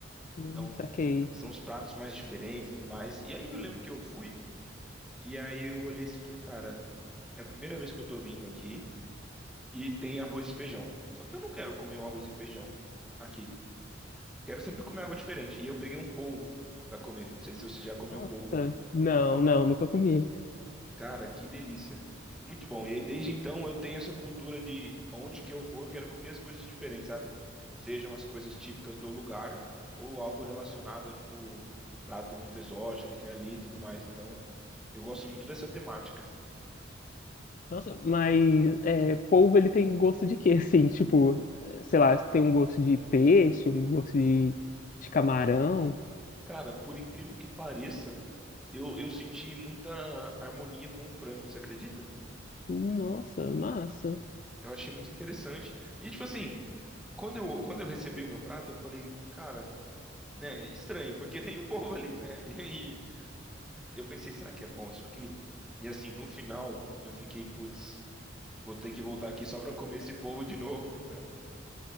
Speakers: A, on the left; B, in the centre.
A: Hum,
B: Então,
A: saquei.
B: é, são os pratos mais diferentes e tudo mais. E aí eu lembro que eu fui, e aí eu olhei assim e falei, cara, é a primeira vez que eu tô vindo aqui e tem arroz e feijão. Só que eu não quero comer um arroz e feijão aqui. Quero sempre comer algo diferente. E eu peguei um polvo pra comer. Não sei se você já comeu
A: Nossa,
B: polvo.
A: não, não, nunca comi.
B: Cara, que delícia. Muito bom. E aí, desde então, eu tenho essa cultura de onde que eu vou, eu quero comer as coisas diferentes, sabe? Sejam as coisas típicas do lugar ou algo relacionado a, tipo, um prato muito exótico que tem ali e tudo mais. Então, eu gosto muito dessa temática.
A: Nossa, mas é, polvo ele tem gosto de quê? <laughs> Assim, tipo, sei lá, tem um gosto de peixe, um gosto de, de camarão.
B: Cara, por incrível que pareça, eu, eu senti muita harmonia com o frango, você acredita?
A: Nossa, massa.
B: Eu achei muito interessante. E, tipo assim. Quando eu, quando eu recebi o meu prato, eu falei, cara, né, estranho, porque vem o povo ali, né? <laughs> E aí eu pensei, será que é bom isso aqui? E assim, no final, eu fiquei, putz, vou ter que voltar aqui só pra comer esse povo de novo,